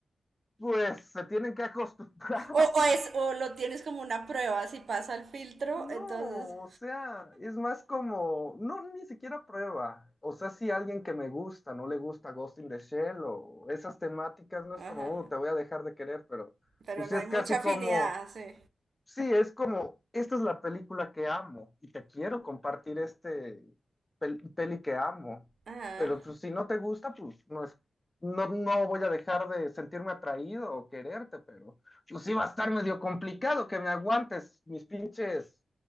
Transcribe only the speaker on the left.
Pues se tienen que acostumbrar. <laughs>
No,
o sea, es más como, no, ni siquiera prueba. O sea, si alguien que me gusta no le gusta Ghost in the Shell o esas temáticas, no
es como, "Uh, te voy a dejar de querer, pero
pues
sí
es
casi
como
Sí, es como, esta es la película que amo y te quiero compartir este pel- peli que amo,
pero pues si no te gusta, pues no es, no, no voy a dejar de sentirme atraído o quererte, pero pues sí va a estar medio complicado que me aguantes mis pinches